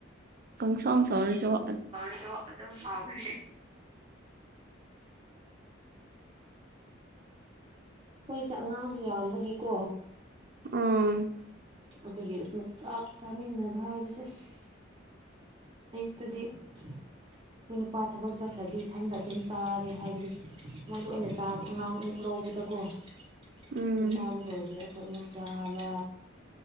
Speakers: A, on the right; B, on the right.
A: ꯄꯪꯁꯥꯎ ꯁꯥꯎꯅꯁꯨ
B: ꯀꯁꯨ ꯑꯗꯨꯝ ꯍꯥꯎꯕꯅꯦ ꯑꯩꯈꯣꯏꯁꯦ ꯑꯉꯥꯡꯁꯨ ꯌꯥꯝꯕꯒꯤꯀꯣ
A: <unintelligible>
B: ꯑꯗꯨꯒꯤ ꯑꯗꯨꯝ ꯆꯥꯛ ꯆꯥꯃꯤꯟꯅꯕ ꯍꯥꯏꯕꯁꯦ ꯑꯁ ꯑꯌꯨꯛꯇꯗꯤ ꯑꯩꯈꯣꯏ ꯅꯨꯄꯥ ꯊꯕꯛ ꯆꯠꯈ꯭ꯔꯗꯤ ꯏꯊꯟꯇ ꯑꯗꯨꯝ ꯆꯥꯔꯦ ꯍꯥꯏꯕꯗꯤ ꯃꯣꯏꯗ ꯑꯣꯏꯅ ꯆꯥꯕ ꯑꯉꯥꯡ ꯑꯃꯨꯛ ꯂꯧꯕꯗꯀꯣꯣꯏ
A: ꯎꯝ
B: ꯆꯥꯕ ꯂꯣꯏꯕꯗ ꯊꯠꯅ ꯆꯥꯕ